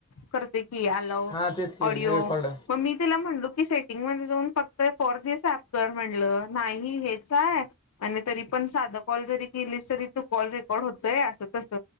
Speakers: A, on the left; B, on the left.
A: करत. क आला
B: हां तेच की
A: ऑडिओ
B: रेकॉर्ड
A: मग मी तिला म्हणलो की सेटिंग जाऊन फक्त फोर दिस कर म्हटलं तर नाही, हेच आहे तरी पण साधं कॉल री केली तरी तू कॉल रेकॉर्ड होतय अस तस.